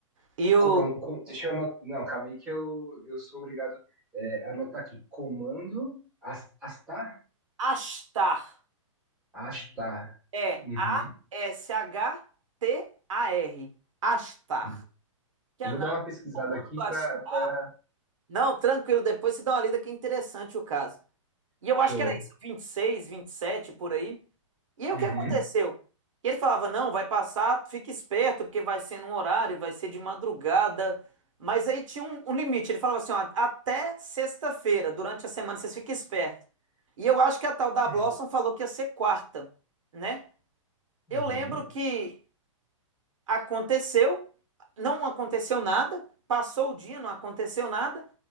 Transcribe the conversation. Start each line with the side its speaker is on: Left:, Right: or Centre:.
Right: E o
Centre: Coron- com- deixa eu anotar. Não, calma aí que eu, eu sou obrigado é, a anotar aqui. Comando as- Astar?
Right: Astar
Centre: Astar.
Right: é
Centre: Uhum.
Right: A-S-H-T-A-R. Astar.
Centre: uhum.
Right: Que
Centre: Eu
Right: é a
Centre: vou
Right: nave
Centre: dar uma
Right: do
Centre: pesquisada
Right: Comando
Centre: aqui
Right: Astar.
Centre: para. Pra...
Right: Não, tranquilo, depois você dá uma lida que é interessante o caso. E eu
Centre: Show.
Right: acho que era isso, vinte vinte e seis vinte e sete por aí. E aí
Centre: Uhum.
Right: o que aconteceu? E ele falava: não, vai passar, fica esperto, porque vai ser num horário, vai ser de madrugada. Mas aí tinha um, um limite. Ele falava assim: ó, até sexta-feira, durante a semana, vocês fiquem espertos. E eu acho que a tal da
Centre: Uhum.
Right: Blossom falou que ia ser quarta, né? Eu
Centre: Uhum.
Right: lembro que aconteceu, não aconteceu nada, passou o dia, não aconteceu nada.